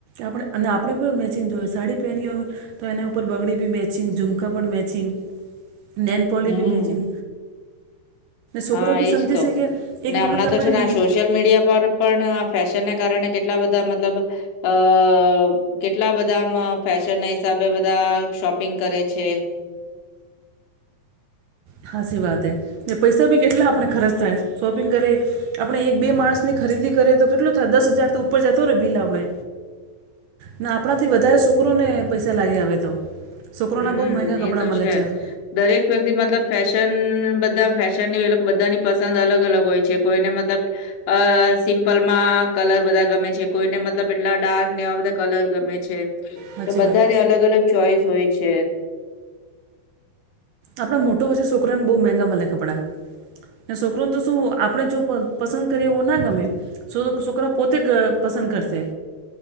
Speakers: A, on the right (about 75°); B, on the left (about 80°).
A: આપણે અને આપણે પણ મેચિંગ જોએ સાડી પહેની હોય. તો એના ઉપર બગડી બી મેચિંગ ઝુમકા પણ મેચિંગ નેનપોલી
B: હમ્મ.
A: બી મેચિંગ સોકરા
B: હા,
A: ભી
B: એજ
A: સમજે
B: તો.
A: છે કે એક
B: ને
A: વખત
B: હમણાં
A: આપણે
B: તો છે ને આ
A: મ
B: સોશિયલ મીડિયા પર પણ ફેશનને કારણે કેટલા બધા મતલબ, અ કેટલા બધામાં ફેશનના હિસાબે બધા શોપિંગ કરે છે
A: ખાસી વાત હે, પૈસા બી કેટલા આપણે ખર્ચ થાય શોપિંગ કરીએ આપણે એક બે માણસની ખરીદી કરીએ તો કેટલું થાય, દસ હજાર તો ઉપર જતો રે બિલ આપણે ના આપણા થી વધારે સોકરો ને પૈસા લાગે હવે તો સોકરોના
B: હમ
A: બહુ મહેંગા
B: એ
A: કપડા
B: તો
A: મલે છે હવે
B: દરેક વ્યક્તિ મતલબ ફેશન, બધા ફેશનની એલોક બધાની પસંદ અલગ અલગ હોય છે કોઈને મતલબ, અ સિમ્પલમાં કલર બધા ગમે છે, કોઈને મત લબ એટલા ડાર્ક ને આવા બધા કલર ગમે છે
A: સાચી
B: તો બધાને
A: વાત
B: અલગ અલગ ચોઈસ હોય છે
A: આપણા મોટો હોય છેે સોકરાને બહુ મહેંગા મલે કપડાં ને સોકરોને તો સુ આપણેે જો પ પસંદ કરીએ, એવુ ના ગમે. સો, સોકરા પોતે ક પસંદ કરસે